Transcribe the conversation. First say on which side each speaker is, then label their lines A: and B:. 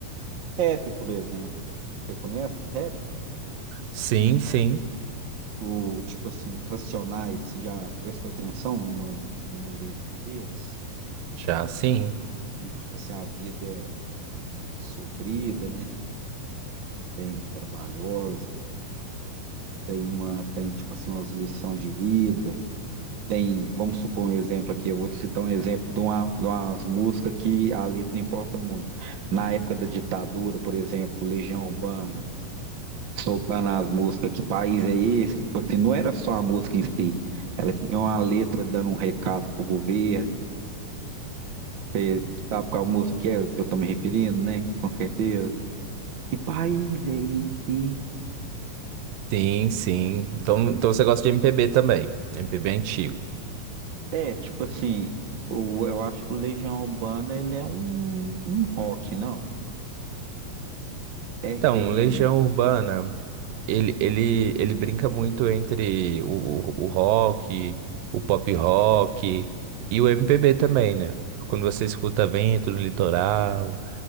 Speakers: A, on the right; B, on the right.
A: Rap, por exemplo. Você conhece rap?
B: Sim, sim.
A: O, tipo assim, Racionais, você já prestou atenção numa, numa letra deles?
B: Já sim.
A: Tipo assim, a vida sofrida, né? Bem trabalhosa. Tem uma, tem tipo assim, umas lições de vida. Tem, vamos supor um exemplo aqui, eu vou te citar um exemplo de uma, de umas músicas que a letra importa muito. Na época da ditadura, por exemplo, Legião Urbana. soltando as músicas, que país é esse? Tipo assim, não era só a música em si. Ela tinha uma letra dando um recado pro governo. Você sabe qual música que é que eu tô me referindo, né? Com certeza. Que país é esse?
B: Sim, sim. Então, então você gosta de MPB também. MPB antigo.
A: É, tipo assim, o- eu acho que o Legião Urbana ele é um, um rock, não? RPM.
B: Então, Legião Urbana, ele, ele, ele brinca muito entre o, o, o rock, o pop rock e o MPB também, né? Quando você escuta vento no litoral,